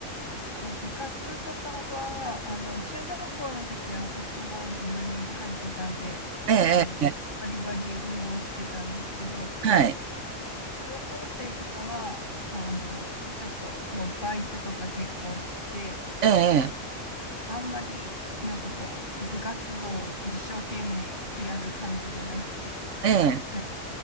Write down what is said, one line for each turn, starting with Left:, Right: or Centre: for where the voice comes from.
Left: まあ部活とかは、あの、中学校の時はソフトボール部に入ってたんで、
Right: ええ、
Left: あの、
Right: え
Left: バリバリ運動してたんですけど、
Right: えはい、
Left: 高校生とかは、あの、ちょっともうバイトとか結構して、
Right: ええ、
Left: あんまり、なんかこう、部活動を一生懸命やる感じじゃなくて、
Right: ええ、
Left: なんか